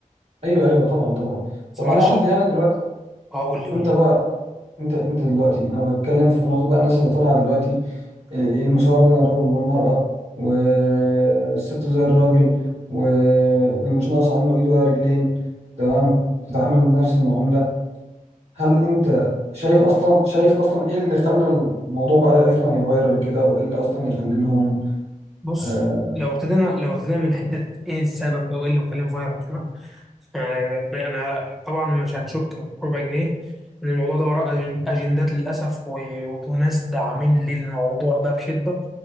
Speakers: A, on the right; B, in the centre.
A: أيوه أيوه طبعا طبعا
B: بس
A: طب
B: معلش
A: أنا قصدي يعني دلوقتي
B: اه قول لي قول
A: أنت
B: لي
A: بقى أنت أنت دلوقتي أنا بتكلم في نقطة بقى الناس اللي طالعة دلوقتي المساواة بين الرجل والمرأة والست زي الراجل ومش ناقص عنه إيد ولا رجلين تمام تتعامل نفس المعاملة هل أنت شايف أصلا شايف أصلا إيه اللي خلى الموضوع بقى أصلا يفايرال كده وإيه اللي أصلا يخلي لهم
B: بص
A: آه
B: لو ابتدينا لو ابتدينا من حته ايه السبب او ايه اللي مخليه فايرال كده يعني انا طبعا مش هنشك بربع جنيه ان الموضوع ده وراه أجن- اجندات للاسف و- وناس داعمين للموضوع ده بشده